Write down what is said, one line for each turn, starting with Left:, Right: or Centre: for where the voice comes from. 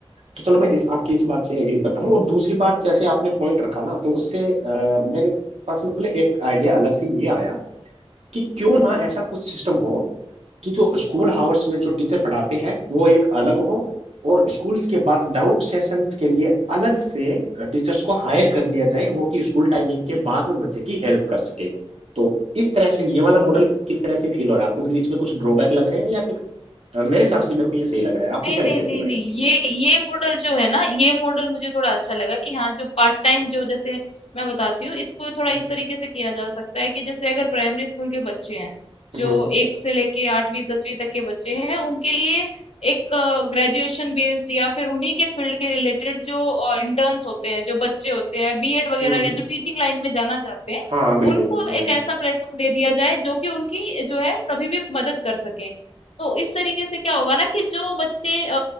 Right: तो चलो मैं इस आपकी इस बात से एग्री करता हूँ और दूसरी बात जैसे आपने पॉइंट रखा ना तो उससे अ, मेरे पास में पहले एक आइडिया अलग से ये आया कि क्यों ना ऐसा कुछ सिस्टम हो कि जो स्कूल आवर्स में जो टीचर पढ़ाते हैं वो एक अलग हो और स्कूल्स के बाद डाउट सेशंस के लिए अलग से टीचर्स को हायर कर लिया जाए वो कि स्कूल टाइमिंग के बाद में बच्चे की हेल्प कर सके तो इस तरह से ये वाला मॉडल
Left: जी
Right: किस तरह से फील हो रहा है आपको मतलब इसमें कुछ ड्रॉबैक लग रहे हैं या फिर मेरे हिसाब से मेरे को ये सही लग रहा है आपको
Left: नहीं,
Right: क्या
Left: नहीं,
Right: लगता है इसके
Left: नहीं,
Right: बारे
Left: नहीं ये ये मॉडल जो है ना ये मॉडल मुझे थोड़ा अच्छा लगा कि हाँ जो पार्ट टाइम जो जैसे मैं बताती हूँ इसको थोड़ा
Right: में
Left: इस तरीके से किया जा सकता है कि जैसे अगर प्राइमरी स्कूल के बच्चे हैं जो
Right: हम्म हम्म
Left: एक से लेके आठवीं दसवीं तक के बच्चे हैं उनके लिए एक ग्रेजुएशन बेस्ड या फिर उन्हीं के फील्ड के रिलेटेड जो इंटर्न्स होते हैं जो बच्चे होते हैं बीएड वगैरह
Right: हम्म,
Left: या जो टीचिंग लाइन में जाना चाहते हैं
Right: हाँ बिल्कुल
Left: उनको
Right: हम्म
Left: एक ऐसा प्लेटफॉर्म दे दिया जाए जो कि उनकी जो है कभी भी मदद कर सके तो इस तरीके से क्या होगा ना कि जो बच्चे अ,